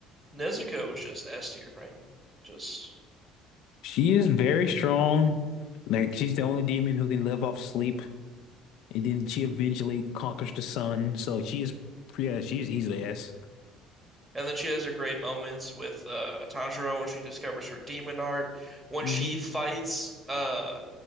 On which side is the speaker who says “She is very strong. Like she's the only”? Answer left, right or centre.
Left